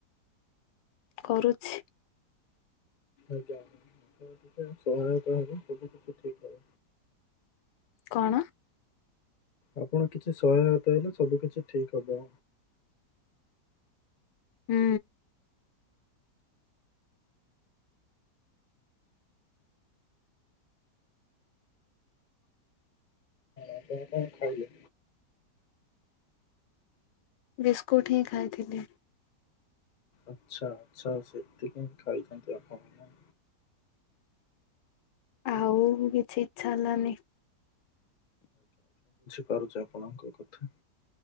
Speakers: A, on the left (about 85°); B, on the left (about 60°).
A: କରୁଛି।
B: ଆଜ୍ଞା ଆପଣ ଯେତେବେଳେ ସହାୟତା ହେବ ସବୁ କିିଛି ଠିକ୍ ହବ।
A: କଣ?
B: ଆପଣ କିଛି ସହାୟତା ହେଲେ ସବୁ କିଛି ଠିକ୍ ହେବ।
A: ହୁଁ।
B: ଆପଣ କଣ ଖାଇଲେ?
A: ବିସ୍କୁଟ ହିଁ ଖାଇଥିଲି।
B: ଆଚ୍ଛା ଆଚ୍ଛା ସେତିକି ହିଁ ଖାଇଛନ୍ତି ଆପଣ, ନା?
A: ଆଉ ବି କିଛି ଇଚ୍ଛା ହେଲାନି।
B: ପାରୁଚି ଆପଣଙ୍କ କଥା।